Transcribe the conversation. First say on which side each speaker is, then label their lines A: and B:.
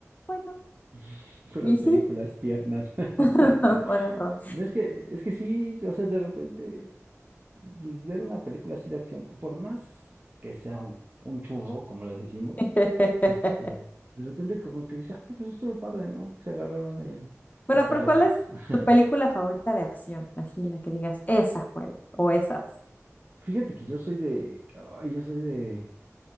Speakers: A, on the left; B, on the right.
A: bueno,
B: <laughs> puras
A: y
B: películas
A: sí,
B: tiernas. <laughs>
A: <laughs> bueno, Rom.
B: No, Es que, es que sí, o sea, de repente, pues, ver una película así de acción, por más que sea un, un churro, como les decimos,
A: <laughs>
B: este, de repente como que dice, ah, pues estuvo padre, ¿no? Que se agarraron allá,
A: Bueno,
B: catorrazos.
A: pero ¿cuál es
B: <laughs>
A: tu película favorita de acción? Así la que digas, esa fue la, o esas.
B: Fíjate que yo soy de, ay, yo soy de,